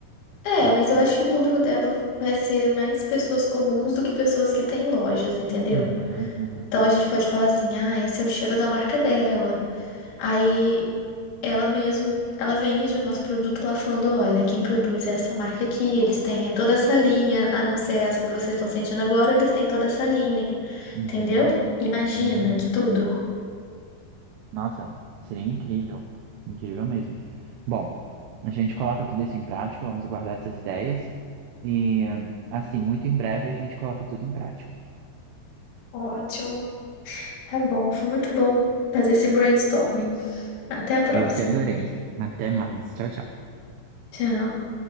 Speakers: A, on the left; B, on the right.
A: É,
B: enfim.
A: mas eu acho que o público dela vai ser mais pessoas comuns do que pessoas que têm lojas, entendeu?
B: Uhum, uhum.
A: Então a gente pode falar assim, ah, esse é o cheiro da marca dela. Aí ela mesmo, ela vende o nosso produto lá falando, olha, quem produz é essa marca aqui, eles têm é toda essa linha, a não ser essa que vocês estão sentindo agora, eles têm toda essa linha,
B: Uhum,
A: entendeu? Imagina
B: uhum.
A: que tudo.
B: Nossa, seria incrível. Incrível mesmo. Bom, a gente coloca tudo isso em prática, vamos guardar essas ideias. E, assim, muito em breve a gente coloca tudo em prática.
A: Ótimo. Tá bom, foi muito bom fazer esse brainstorming. Até a próxima.
B: Eu que adorei. Até mais. Tchau, tchau.
A: Tchau.